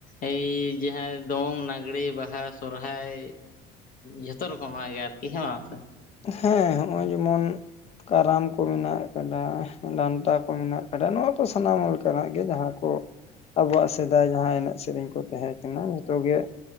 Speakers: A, on the left; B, on the left.
A: ᱮᱭ ᱡᱟᱦᱟᱸ ᱫᱚᱝ ᱞᱟᱜᱽᱲᱮ ᱵᱟᱦᱟ ᱥᱚᱨᱦᱟᱭ ᱡᱷᱚᱛᱚ ᱨᱚᱠᱚᱢᱟᱜ ᱜᱮ ᱟᱨ <unintelligible>
B: ᱦᱮᱸ ᱦᱚᱸᱜᱼᱚᱭ ᱡᱮᱢᱚᱱ ᱠᱟᱨᱟᱢ ᱠᱚ ᱢᱮᱱᱟᱜ ᱠᱟᱫᱟ, ᱰᱟᱱᱴᱟ ᱠᱚ ᱢᱮᱱᱟᱜ ᱠᱟᱫᱟ, ᱱᱚᱣᱟ ᱠᱚ ᱥᱟᱱᱟᱢ ᱞᱮᱠᱟᱱᱟᱜ ᱜᱮ ᱡᱟᱦᱟᱸ ᱠᱚ ᱟᱵᱚᱣᱟᱜ ᱥᱮᱫᱟᱭ ᱡᱟᱦᱟᱸ ᱮᱱᱮᱡ ᱥᱮᱨᱮᱧ ᱠᱚ ᱛᱟᱦᱮᱸ ᱠᱟᱱᱟ ᱡᱷᱚᱛᱚ ᱜᱮ